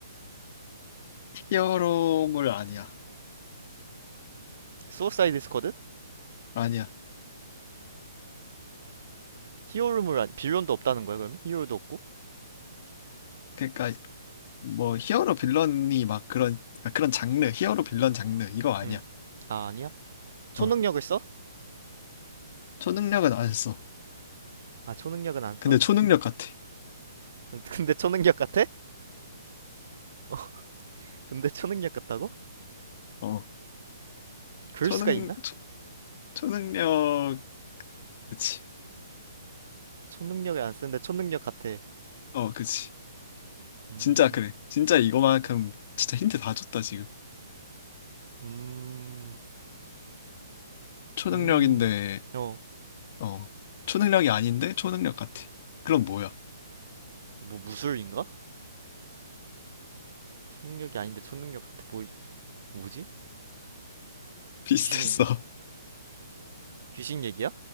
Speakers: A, on the left; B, on the right.
A: 히어로물 아니야.
B: 수어사이드 스쿼드?
A: 아니야.
B: 히어로물 아니, 빌런도 없다는 거야, 그러면? 히어로도 없고?
A: 그러니까 뭐 히어로 빌런이 막 그런 그러니까 그런 장르, 히어로 빌런 장르 이거 아니야.
B: 음, 아, 아니야? 초능력을
A: 어.
B: 써?
A: 초능력은 안 했어.
B: 아, 초능력은 안 써?
A: 근데 초능력 같아.
B: <laughs> 근데 초능력 같아? 어, 근데 초능력 같다고?
A: 어.
B: 그럴
A: 초능,
B: 수가 있나?
A: 초, 초능력, 그치.
B: 초능력을 안 쓰는데 초능력 같아.
A: 어, 그치.
B: 음,
A: 진짜 그래. 진짜 이거만큼 진짜 힌트 다 줬다, 지금.
B: 음,
A: 초능력인데,
B: 음. 어,
A: 어. 초능력이 아닌데 초능력 같아. 그럼 뭐야?
B: 뭐 무술인가? 초능력이 아닌데 초능력 같아. 뭐, 이- 뭐지?
A: 비슷했어.
B: 귀신인가?
A: <laughs>
B: 귀신 얘기야?